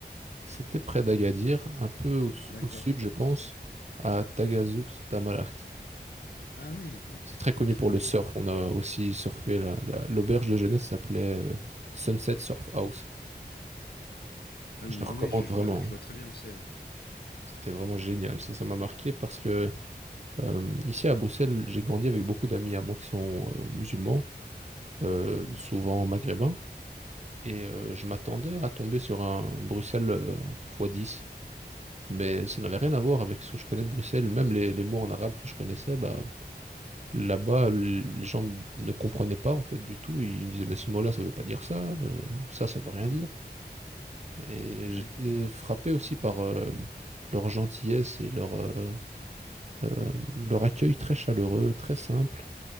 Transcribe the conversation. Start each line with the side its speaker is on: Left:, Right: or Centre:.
Right: C'était près d'Agadir, un peu au,
Left: D'accord.
Right: au sud, je pense, à Tagazout Tamaraght.
Left: Ah oui, oui,
Right: C'est très connu
Left: oui, je
Right: pour
Left: connais.
Right: le surf. On a aussi surfé là- là. L'auberge de jeunesse s'appelait euh, Sunset Surf House.
Left: Ouais. Ah
Right: que
Left: oui,
Right: je te recommande
Left: oui, je, je
Right: vraiment.
Left: vois, je
Right: hein.
Left: vois très bien où c'est. ouais.
Right: C'était vraiment génial. Ça, ça m'a marqué parce que euh, ici à Bruxelles, j'ai grandi avec beaucoup d'amis à moi qui sont euh, musulmans, euh,
Left: Hmm.
Right: souvent maghrébins, et euh, je m'attendais à tomber sur un Bruxelles euh, x dix, mais ça n'avait rien à voir avec ce que je connais de Bruxelles. Même les, les mots en arabe que je connaissais, bah, là-bas, l- les gens m- ne comprenaient pas en fait du tout. Ils me disaient, mais ce mot-là, ça veut pas dire ça, euh, ça, ça veut rien
Left: <laughs>
Right: dire. Et
Left: Ouais.
Right: j'étais frappé aussi par euh, leur gentillesse et leur... euh, Euh, leur accueil très chaleureux, très simple.